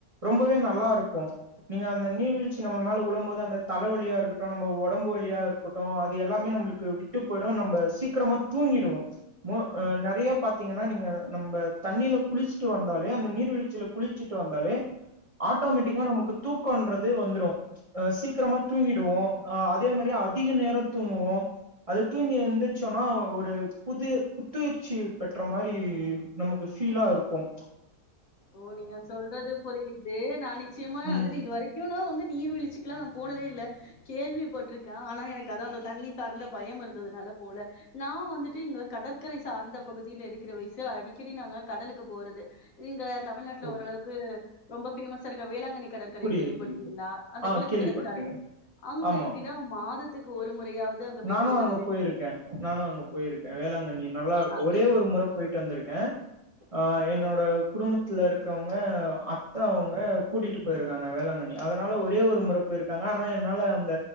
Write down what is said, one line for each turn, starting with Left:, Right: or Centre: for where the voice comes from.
Right: ரொம்பவே நல்லா இருக்கும் நீங்கள் அந்த நீர்வீழ்ச்சி நம்ம மேலே உழும்போது அந்த தலைவலியாக இருக்கட்டும் நம்ம உடம்பு வழியாக இருக்கட்டும் அது எல்லே நமளுக்கு விட்டு போயிடும் நம்ம சீக்கிரமாக தூங்கிடுவோம் மோ ஹ நறைய பாத்தீங்கன்னா நீங்க நம்ம தண்ணியில குளிச்சுட்டு வந்தாலே அந்த நீர்வீழ்ச்சியில குளிச்சுட்டு வந்தாலே ஆட்டோமேட்டிக்கா நமக்கு தூக்கன்றது வந்துடும் அஹ் சீக்கிரமா தூங்கிடுவோம் அஹ் அதே மாரி அதிக நேரம் தூங்குவோம் அது தூங்கி இருந்துிரச்சோன்னா ஒரு புது புத்துயூர்சி பெற்ற மாரி நமக்கு ஃபீலா இருக்கும்
Left: ஓ நீங்க சொல்றது புரியுது நான் நிச்சயமா
Right: ம்
Left: வந்துட்டு இது வரைக்கும் நான் வந்துட்டு நீர்வீழ்சச்சுக்குல்லாம் நான் போனதே இல்லை கேள்விப்பட்டட்டிருக்கேன் ஆனா எனக்கு அதான் அந்த தண்ணி சார்ந்த பயம் இருந்ததுனால போல நான் வந்துட்டு இங்க கடற்கரை சார்ந்த பகுதியில இருக்கிற வயசு அடிக்கடி நாங்க கடலுக்கு போறது இங்க தமிழ்நாட்டுல
Right: ஓ,
Left: ஓரளவுக்கு ரொம்ப பேமஸா இருக்க வேளாங்கண்ணி கடற்கரை
Right: புரியுது
Left: கேள்விப்பட்டுருக்கீங்களா?
Right: புரியுது
Left: அந்த
Right: ஆஹ்
Left: கிழக்கு
Right: கேள்விப்பற்றுக்கேன்
Left: கடற்கரை. அங்க
Right: ஆமா
Left: எப்டின்னா மாதத்துக்கு ஒரு முறையாவது அங்க போயிட்டு
Right: நானும்
Left: வந்துறதுன்னு
Right: அங்க போயிருக்கேன் நானும் அங்க போயிருக்கேன் வேளாங்கண்ணி நல்லா இருக்கும்
Left: ஆ
Right: ஒரே ஒரு முறை போயிட்டு வந்திருக்கேன் அஹ் என்னோட குடும்பத்துல இருக்கவங்க அத்தா அவங்க கூட்டிட்டு க்க வேளாங்கண்ணி அதனால ஒரே ஒரு முறை போயிருக்காங்க ஆனா என்னால அந்த